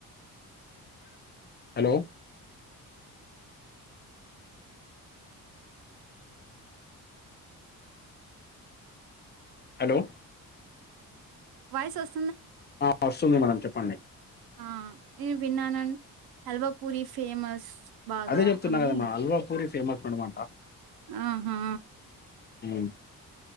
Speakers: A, on the left; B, on the right.
A: hello hello
B: voice వస్త్
A: ఆ వస్తుంది మేడం చెప్పండి.
B: ఆ నేను విన్నానం <inaudible> హల్వా పూరి ఫేమస్. బాగా
A: అదే చెప్తున్నా
B: అని.
A: కదా మే హల్వా పూరి ఫేమస్ మేడం అంటా.
B: ఆహా
A: ఊ